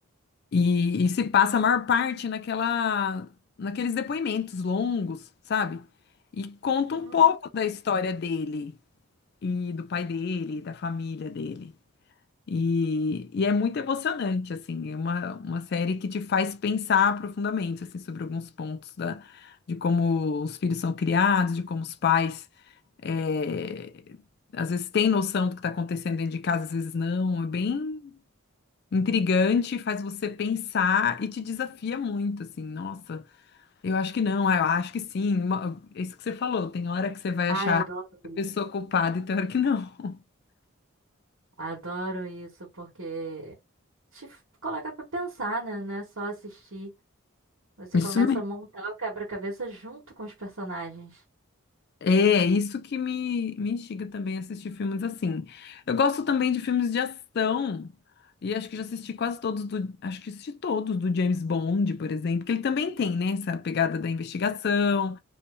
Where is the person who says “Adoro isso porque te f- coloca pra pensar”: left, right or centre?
Right